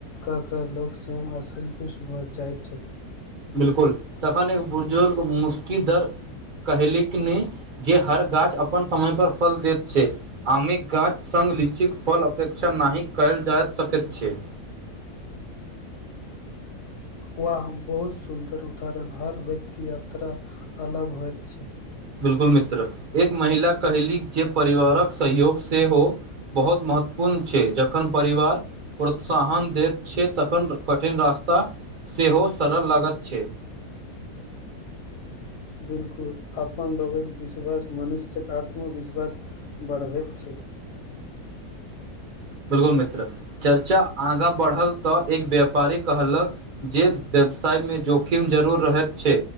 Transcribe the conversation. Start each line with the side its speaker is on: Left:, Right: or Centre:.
Left: क केँ लोक सब म असल तऽ सुबह जाइत छथि त
Right: बिलकुल तखन एक बुजुर्ग मुस्की दर कहलक नहि जे हर गाछ अपन समय पर फल दैत छै आमक गाछ सब लीचीकेँ फल अपेक्षा नहि कयल जा सकैत छै <inaudible>
Left: वाह हम बहुत सुन्दर उदाहरण हर व्यक्ति यात्रा अलग होइत छैक
Right: बिलकुल मित्र एक महिला कहली जे परिवारक सहयोग से हो बहुत मन महत्वपूर्ण छै जखन परिवार प्रोत्साहन दैत छै तखन कठिन रास्ता सेहो सरल लागैत छै
Left: बिलकुल अपन लोकक विश्वास मनुष्यक आत्मविश्वास बढ़बैत छैक
Right: बिल्कुल मित्र चर्चा आगाँ बढ़ल तऽ एक व्यापारी कहलक जे व्यापार व्यवसायमे जोखिम जरूर रहैत छै